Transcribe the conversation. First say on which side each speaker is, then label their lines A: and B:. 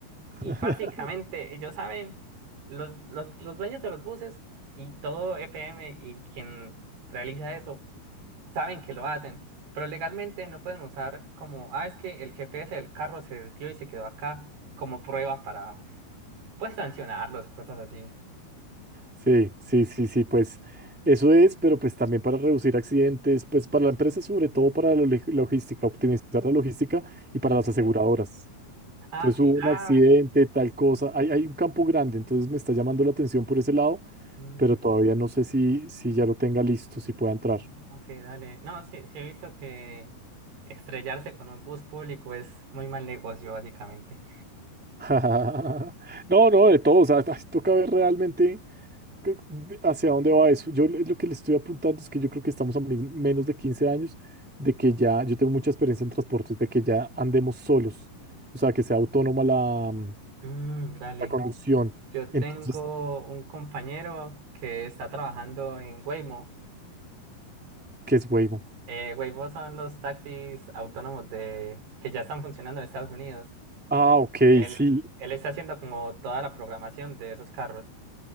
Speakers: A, on the right; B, in the centre.
A: Y
B: ah.
A: básicamente
B: <laughs>
A: ellos saben, los, los, los dueños de los buses y todo EPM y quien realiza eso, saben que lo hacen, pero legalmente no pueden usar como, ah, es que el GPS del carro se desvió y se quedó acá como prueba para, pues, sancionarlos o cosas así.
B: Sí, sí, sí, sí, pues eso es, pero pues también para reducir accidentes, pues para la empresa, sobre todo para la log- logística, optimizar la logística y para
A: Mm,
B: las
A: ok.
B: aseguradoras.
A: Ah,
B: Entonces
A: sí,
B: hubo un
A: ah,
B: accidente, tal cosa, hay, hay un campo grande, entonces me está llamando la atención por ese lado,
A: mm,
B: pero
A: sí.
B: todavía no sé si, si ya lo tenga listo, si pueda entrar.
A: Mm, Ok, dale. No, sí, sí he visto que estrellarse con un bus público es muy mal negocio, básicamente.
B: <laughs> No, no, de todo, o sea, <laughs> toca ver realmente. que- ¿Hacia dónde va eso? Yo le- lo que le estoy apuntando es que yo creo que estamos a mis- menos de 15 años de que ya, yo tengo mucha experiencia en transportes, de que ya andemos solos, o sea, que sea autónoma la, mm,
A: Mm, dale.
B: la conducción.
A: Yo
B: Entonces,
A: tengo un compañero que está trabajando en Waymo.
B: ¿qué es Waymo?
A: Eh, Waymo son los taxis autónomos de, que ya están funcionando en Estados Unidos.
B: Ah, ok,
A: Él,
B: sí,
A: él está haciendo como toda la programación de esos carros.